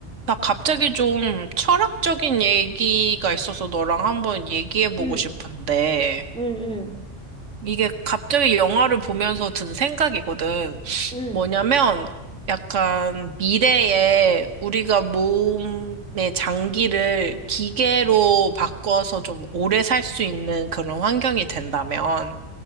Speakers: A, on the right; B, in the centre.
A: 나 갑자기 좀 철학적인 얘기가 있어서 너랑 한번 얘기해보고
B: 응,
A: 싶은데,
B: 응, 응,
A: 이게 갑자기 영화를 보면서 든 생각이거든.
B: 응.
A: 뭐냐면, 약간 미래에 우리가 몸의 장기를 기계로 바꿔서 좀 오래 살 수 있는 그런 환경이 된다면,